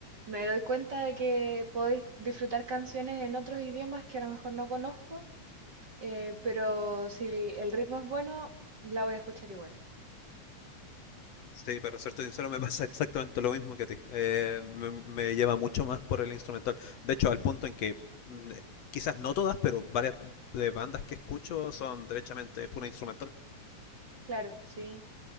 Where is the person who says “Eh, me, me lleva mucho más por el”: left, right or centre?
Left